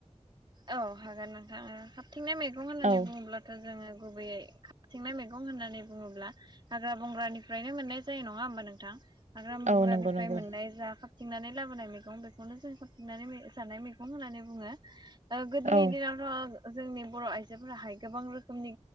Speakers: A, on the right; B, on the right.
A: औ हागोन नोंथा ओ खाबथिंनाय मैगं होननानै
B: औ
A: बुङोब्लाथ' जोङो गुबैयै खाबथिंनाय मैग गं होननानै बुङोब्ला हाग्रा बंग्रानिफ्रायनो मोननाय जायो नङा होमबा नोंथां। हाग्रा मोंग्रानिफ्राय
B: औ नंगौ नंगौ
A: मोननाय जा खा थिंनानै लाबोनाय मैगं बेखौनो जों खाबथिंनानै जानाय मैगं होननानै बुङो। ओ गोदोनि
B: औ
A: दिनावथ' जोंनि बर' आइजोफोराहाय गोबां रोखोमनि